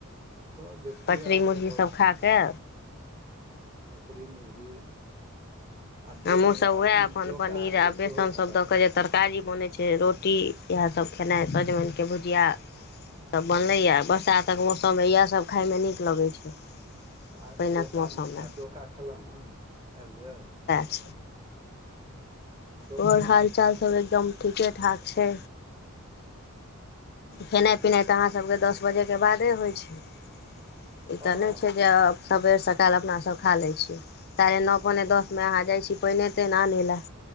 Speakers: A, on the right; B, on the left.
A: तऽ बेसिए
B: कचरी
A: आनन्द
B: मुरही सभ खा कऽ
A: कसरी मुरही आब
B: हमहूँ
A: डो
B: सभ
A: आब
B: उएह अपन
A: डोका
B: पनीर
A: अहाँके
B: आ बेसनसभ
A: सेहो भेटत
B: दऽ
A: आब
B: क जे तरकारी बनैत छै रोटी इएह सभ सब खेनाइ सजमनके भुजिआ सब बनलैएा बरसातक मौसममे इएह सभ खाायमे नीक लगै छै
A: आ
B: पानिक
A: डोकामे
B: मौसममे
A: आ डोका खेलहुँ हेँ आबि गेल
B: सभ
A: डोका
B: आओर
A: नहि
B: हाल
A: खेलहुँ
B: चाल
A: हेँ
B: सब एकदम ठीके ठाक छै
A: हूँ
B: खेनाइ पिनाइ तऽ अहाँ सबके दस बजेके बादे होइ छै ई
A: हँ
B: तऽ नहि छै जे सबेर सकाल अपनासभ खा लै छी सााढे नओ पौने दसमे अहाँ जाइ छी पइने तइन आनै लए